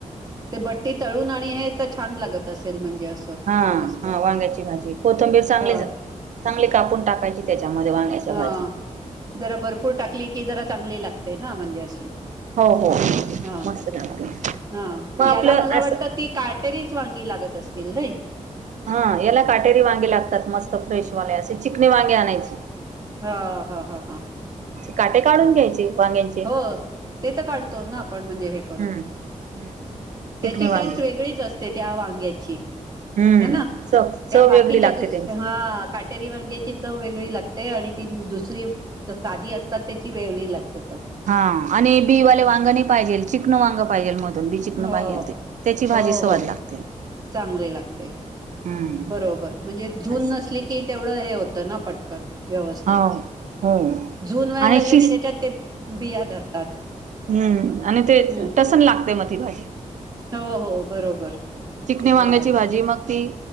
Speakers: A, on the right; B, on the right.
A: ते बट्टी तळून आणि हे तर छान लागत असेल म्हणजे
B: हा
A: मस्त
B: हा वांगायची भाजी कोथंबीर चांगली
A: ह
B: चांगली कापून टाकायची त्याच्यामध्येांग च्या
A: हा
B: भाजी
A: जरा भरपूर टाकली की जरा चांगली लागते ना म्हणजे अशी
B: हो हो
A: हा हा
B: मस्त लागते
A: हा
B: मग आपलं
A: याला मला वाटत
B: असं
A: ती का तरीच वांगी लागत असतील ना
B: हा याला काटेरी वांगे लागतात मस्त फ्रेशवाले असशी चिकणी वांगे आणायची
A: हा हा हा हा
B: काटे काढून घ्यायचे वांग्यांचे
A: हो ते तर काढतो ना आपण म्हणजे हे करून
B: हम्म. हम्म.
A: त्याची
B: चिकणे वांगे
A: टेस्ट वेगळीच असते त्या वांग्याची
B: हम्म
A: ह ना
B: चव
A: या
B: चव
A: बाकीच्या
B: वेगळी लागते
A: दुसऱ्या
B: त्यांची.
A: ह री वांग्याची चव वेगळी लागते आणि ती दुसरी साधी असतात त्याची वेगळी लागते च
B: हा आणि बीवाले वांगा नाही पाहिजे चिकन वांग पाहिजेल मध्ये दन बी चिकन
A: हो
B: पाहिजेल ते त्याची भाजी
A: हो
B: स्वाद
A: हो
B: लागते
A: चांगले लागते
B: हम्म
A: बरोबर म्हणजे जुून
B: अस
A: नसली की तेवढं हे होतं ना पटकन व्यवस्थित
B: हो हो
A: जून व्हायला
B: आणि
A: लागलं
B: शिस
A: की त्याच्यात ते बिया धरतात
B: हम्म आणि ते
A: हम्म
B: टसन लागते म ती भाजी
A: हो हो बरोबर
B: चिकणी
A: ते
B: वांग्याची
A: तर आहे
B: भाजी मग ती